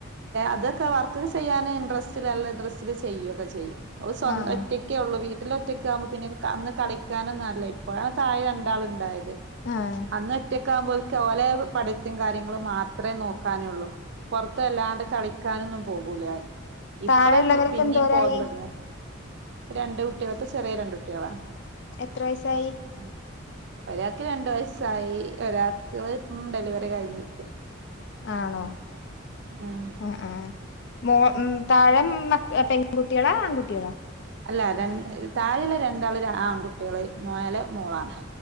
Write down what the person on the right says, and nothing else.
അതൊക്കെ വർക്കൊക്കെ ചെയ്യാൻ ഇൻട്രസ്റ്റില് നല്ല ഇൻട്രസ്റ്റില് ചെയ്യൊക്കെ ചെയ്യും. ഓള് സ്വം
ഒറ്റക്കേ ഉള്ളു വീ ട്ടില് ഒറ്റക്കാവുമ്പം പിന്നെ ഇന്ക്ക് അന്ന് കളിക്കാനൊന്നും ആരൂല്ല. ഇപ്പോഴാ താഴെ രണ്ടാള് ഇണ്ടായത്.
അന്ന് ഒറ്റക്കാവമ്പം ഓല്ക്ക് ഓലെ പഠിത്തിം കാര്യങ്ങളും മാത്രേ നോക്കാനൊള്ളൂ. പൊറത്ത് വല്ലാണ്ട് കളിക്കാനൊന്നും പോകൂല. ഇപ്പളാ
പി പിന്നിം
പോകല് തൊട്ങ്ങ്. രണ്ടു കുട്ട്യേള് ഇപ്പോ ചെറ്യേ രണ്ട് കുട്ട്യേളാ.
ഉം. ഒരാക്ക് രണ്ടു വയസ്സായി ഒരാക്ക് ഉം ഡെലിവറി കഴിഞ്ഞ് നിക്കാ.
ഉം
അല്ല രണ്, താഴെല്ലെ രണ്ടാള് ര് ആൺകുട്ടിയേള് മേലേ മോളാണ്.